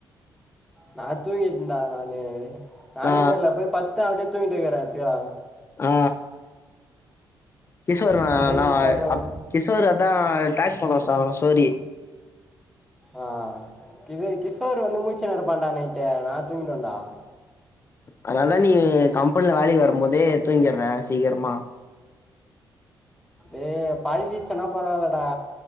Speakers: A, in the centre; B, on the left.
A: நா தூங்கின்டா நானு நானே
B: ஆ
A: தெர்ல போய் பட்த்த அப்டே தூக்கிட்டிருக்கேன் எப்யோ
B: ஆ கிஷோர்ணா
A: காலைல ஏந்திச்சி
B: நா
A: பார்த்தோம்
B: அப் கிஷோரு தா டாக்ஸ் பண்ண வச்சாங்கல்ல சோறி
A: ஆ கிது கிஷோர் வந்து முச் சுனுருப்பான்டா நைட்டு நா தூங்கின்டு வேண்டா
B: அதனாதான் நீ கம்பெனில வேலைக்கு வரும் போதே தூங்கிற சீக்கரமா
A: ஏ பழகிச்சுன்னா பரவால்ல டா